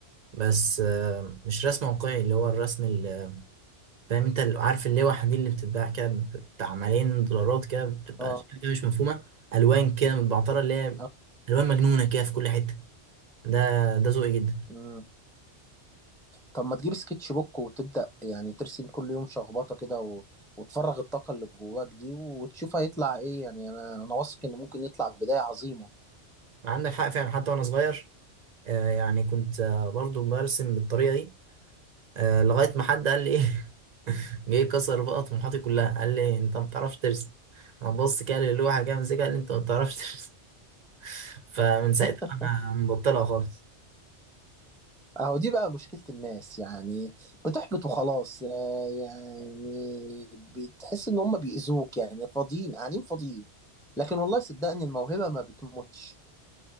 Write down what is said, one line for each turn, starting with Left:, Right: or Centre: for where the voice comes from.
Right: بس آه مش رسم واقعي اللي هو الرسم اللي فاهم انت اللي عارف اللوحه دي اللي بتتباع كده بتاع ملايين دولارات كده بتبقى
Centre: اه
Right: اشكال كده مش مفهومه الوان كده متبعتره اللي هي
Centre: آه،
Right: الوان مجنونه كده في كل حته ده ده ذوقي جدا
Centre: مم. طب ما تجيب سكتش بوك وتبدأ يعني ترسم كل يوم شخبطة كده و... وتفرغ الطاقة اللي جواك دي وتشوف هيطلع ايه يعني انا انا واثق ان ممكن يطلع بداية عظيمة
Right: عندك حق فعلا حتى وانا صغير آه يعني كنت آه برضو برسم بالطريقه دي آه لغايه ما حد قال لي ايه <laughs> جه كسر بقى طموحاتي كلها قال لي انت ما بتعرفش ترسم انا بص كده للوحه كده مسكها قال لي انت ما بتعرفش ترسم <laughs> فمن ساعتها
Centre: <laughs>
Right: انا مبطلها خالص
Centre: اهو دي بقى مشكلة الناس يعني بتحبط وخلاص آه، يعني بتحس ان هم بيأذوك يعني فاضيين قاعدين فاضيين لكن والله صدقني الموهبة ما بتموتش